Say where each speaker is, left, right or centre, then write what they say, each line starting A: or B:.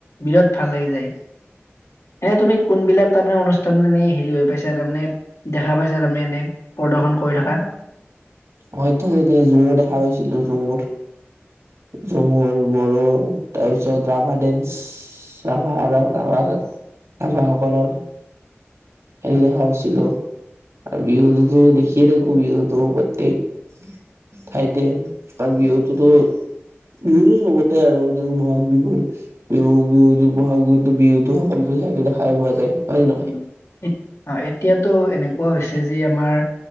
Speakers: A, on the left; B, on the right.
A: বিৰাট ভাল লাগি যায়। এনে তুমি কোনবিলাক তাৰমানে অনুষ্ঠানত এনে হেৰি হৈ পাইছা তাৰমানে দেখা পাইছা তাৰমানে এনে। প্ৰদৰ্শন কৰি থকা।
B: মই তো দেখা পাইছিলো ঝুমুৰ ঝুমুৰ আৰু বড়ো। তাৰপিছত ৰাভা ডেন্স ৰাভা ৰাভা ৰাভাসকলৰ। খনে দেখা হৈছিলো আৰু বিহুতোতো দেখিয়ে থাকো বিহুতো প্ৰত্যেক। ঠাইতে ত বিহুতোতো। বিহুতো চবতে আৰু যে বহাগ বিহুৰ। বিহু বিহুতো বহাগ বিহুতো বিহুতো সকলোতো ঠাইতে দেখাই পোৱা যায়। হয় নে নহয়?
A: উম। অ এতিয়াতো এনেকুৱা হৈছে যে আমাৰ